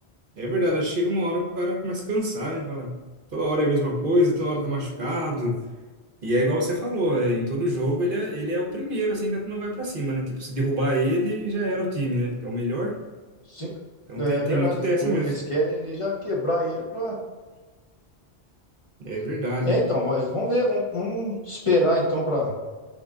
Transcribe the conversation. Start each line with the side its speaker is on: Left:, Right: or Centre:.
Right: É verdade, acho que chega uma hora que o cara começa a cansar, né? Fala, toda hora é a mesma coisa, toda hora tá machucado. E é igual você falou, é, em todo jogo ele é, ele é o primeiro, assim, que a turma vai pra cima, né? Tipo, se derrubar ele, já era o time, né? Porque é o melhor.
Left: Sim,
Right: Então
Left: é
Right: tem, tem
Left: verdade.
Right: muito dessa
Left: O povo,
Right: mesmo.
Left: eles querem ali já quebrar ele pra.
Right: É verdade,
Left: É,
Right: cara.
Left: então, mas vamos ver, vamos, vamos esperar então pra,